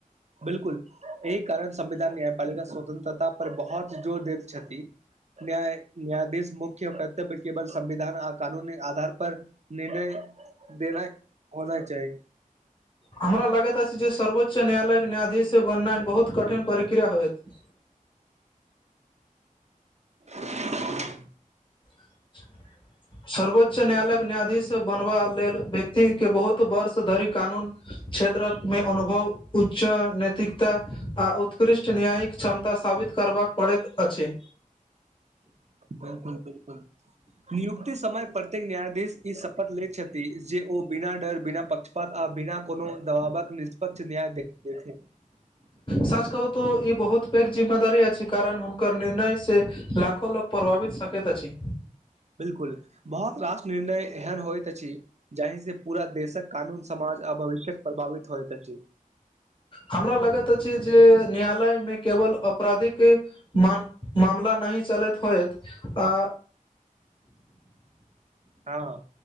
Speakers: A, on the right; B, on the left.
A: बिल्कुल एहि कारण संविधान न्यायपालिका स्वतंत्रता पर बहुत जोर दैत छथि न्याय न्यायाधीश मुख्य कर्तव्य केवल संविधान आ कानून आधार पर निर्णय देना होना चाही
B: हमरा लागैत अछि जे सर्वोच्च न्यायालयक न्यायाधीश बननाइ बहुत कठिन प्रक्रिया होयत
A: <inaudible>
B: <inaudible> सर्वोच्च न्यायालयक न्यायाधीश बनबा लेल व्यक्तिक के बहुत वर्ष धरि कानून क्षेत्रक मे अनुभव उच्च नैतिकता आ उत्कृष्ट न्यायिक क्षमता साबित करबाक पड़ैत अछि
A: बिल्कुल बिल्कुल नियुक्ति समय प्रत्येक न्यायाधीश ई शपथ ले छथि जे ओ बिना डर बिना पक्षपात आ बिना कोनो दबाबक पच न्याय देखेेके रहै
B: सच कहू तो ई बहुत पैघ जिम्मेदारी अछि कारण हुनकर निर्णय से लाखो लोक प्रभावित सकैत अछि
A: बिल्कुल बहुत राष निर्णय एहन होयइत अछि जाहि से पूरा देशक कानून समाज आ भविष्य्यक प्रभावित होइत अछि
B: हमरा लगैत अछि जे न्यायालयमे केवल अपराधिक मान मामला नहि चलैत होयइत आ
A: हँ